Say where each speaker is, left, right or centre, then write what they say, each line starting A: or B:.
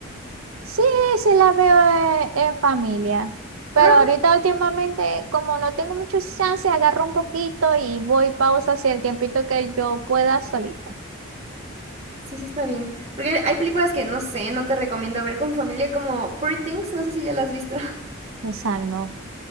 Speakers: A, on the right; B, on the right.
A: Sí, sí la veo eh, en familia, pero
B: Ah.
A: ahorita últimamente como no tengo muchos chances, agarro un poquito y voy pausa hacia el tiempito que yo pueda solita.
B: Sí, sí está bien. Porque hay películas que no sé, no te recomiendo ver con familia como Pretty Things, no sé si ya las has visto. <laughs>
A: Esa no.